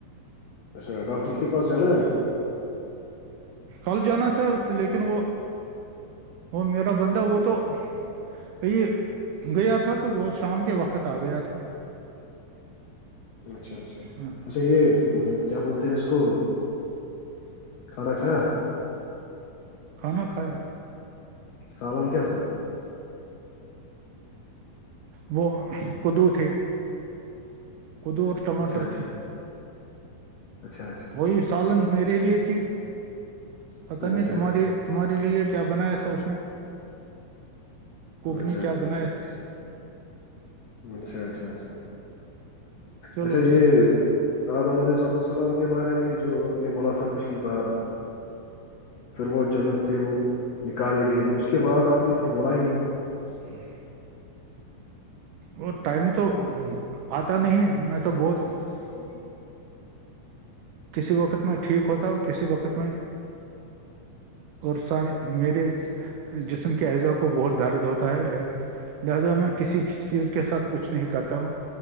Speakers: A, on the left; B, on the right.
A: اچھا ڈاکٹر کے پاس ج ن
B: کل جانا تھا لیکن وہ وہ میرا بندہ وہ تو کہی گیا تھا تو وہت شام کے وقت آ گیا تھا
A: اچھا اچھا اچا
B: ہاں،
A: چاہے کیا بولتے ہیں اس کو کھانا کھایا
B: کھانا کھایا
A: سالم کیا تھا
B: وہ کدو تھ قدو ٹماٹر
A: اچھا اچھا
B: تھے
A: اچھا اچھا
B: وہی سالن میرے لیے تھی پتہ نہیں
A: اچھا
B: تمہاری تمہاری لیے کیا بنایا تھا اس نے کوک
A: اچھا
B: نے کیا
A: اچھا
B: بنایا
A: ٹھیک
B: تھا
A: اچھا اچھا اچھا
B: چلو
A: اچھا یہ
B: ٹھیک
A: آدم علیہسۃ السلام کے بارے میں جو آپ نے بولا تھا پچھلی بار پھر وہ جنت سے وہ نکالے گئے تو اس کے بعد آپ نے پھر بولا ہی نہیں
B: ہوں وہ ٹائم تو آتا نہیں میں تو بہت
A: ا
B: کسی وقت میں ٹھیک ہوتا ہوں کسی وقت میں اور سانے میرے جسم کے اعزا کو بہت دارد ہوتا ہے لا لہذا میں کسی چیز کے ساتھ کچھ نہیں کرتا ہوں